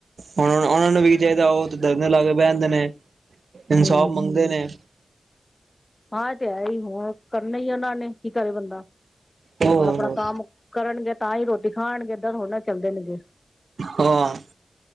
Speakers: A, on the right; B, on the left.
A: ਹੁਣ ਉਹਨਾਂ ਨੂੰ ਵੀ ਕੀ ਚਾਹੀਦਾ। ਉਹ ਤੇ ਧਰਨੇ ਲਾ ਕੇ ਬਹਿ ਆਂਦੇ ਨੇਂ। ਇਨਸਾਫ਼
B: ਹਮ
A: ਮੰਗਦੇ ਨੇਂ।
B: ਹਾਂ ਤੇ ਹੈ ਹੀ, ਹੁਣ ਕਰਨਾ ਹੀ ਉਹਨਾਂ ਨੇਂ, ਕੀ ਕਰੇ ਬੰਦਾ
A: ਉਹ
B: ਹੁਣ ਆਪਣਾ ਕੰਮ ਕਰਨਗੇ, ਤਾਂ ਹੀ ਰੋਟੀ ਖਾਣਗੇ ਏਧਾਂ ਥੋੜ੍ਹ ਨਾਂ ਚੱਲਦੇ ਨੇਗੇ।
A: ਹਾਂ